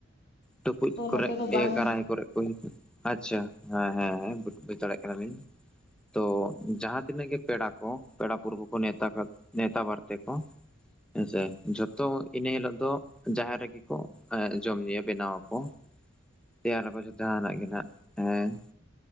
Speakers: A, in the centre; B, on the left.
A: ᱴᱩᱠᱩᱡ
B: ᱟᱫᱚ
A: ᱠᱚᱨᱮ
B: ᱱᱚᱛᱮ ᱫᱚ ᱵᱟᱝ
A: ᱠᱟᱨᱟᱦᱤ ᱠᱚᱨᱮ ᱠᱚ ᱟᱪᱪᱷᱟ ᱦᱮᱸ ᱦᱮᱸ ᱦᱮᱸ ᱵᱩᱪ ᱫᱟᱲᱮᱭᱟᱜ ᱠᱮᱫᱟᱞᱤᱧ ᱛᱚ ᱡᱟᱦᱟᱸ ᱛᱤᱱᱟᱹᱜ ᱜᱮ ᱯᱮᱲᱟ ᱠᱚ ᱯᱮᱲᱟ ᱯᱟᱲᱦᱟ ᱠᱚ ᱱᱮᱣᱛᱟ ᱱᱮᱣᱛᱟ ᱵᱟᱨᱛᱮ ᱠᱚ ᱦᱮᱸᱥᱮ ᱡᱚᱛᱚ ᱤᱱᱟᱹ ᱦᱤᱞᱳᱜ ᱫᱚ ᱡᱟᱦᱮᱨ ᱨᱮᱜᱮ ᱠᱚ ᱡᱚᱢ ᱧᱩᱭᱟ ᱵᱮᱱᱟᱣ ᱟᱠᱚ ᱛᱮᱭᱟᱨ ᱟᱠᱚ ᱡᱟᱦᱟᱱᱟᱜ ᱜᱮ ᱱᱟᱜ ᱦᱮᱸ